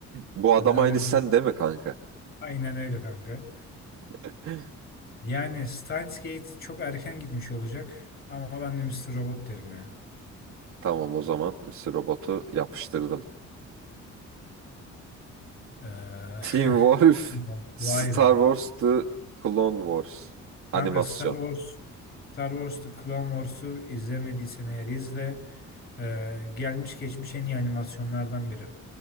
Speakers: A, on the right; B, on the left.
A: Bu adam
B: Hani harbiden
A: aynı sen değil mi kanka?
B: aynen öyle kanka.
A: <laughs>
B: Yani Steins Gate çok erken gitmiş olacak ama ben de Mr. Robot derim ya.
A: Tamam o zaman Mr. Robot'u yapıştırdım.
B: Ee, <laughs>
A: Team Wolf,
B: bilmiyorum.
A: Star
B: Vay be.
A: Wars The Clone Wars
B: Kanka
A: animasyon.
B: Star Wars Star Wars The Clone Wars'u izlemediysen eğer izle. Ee, gelmiş geçmiş en iyi animasyonlardan biri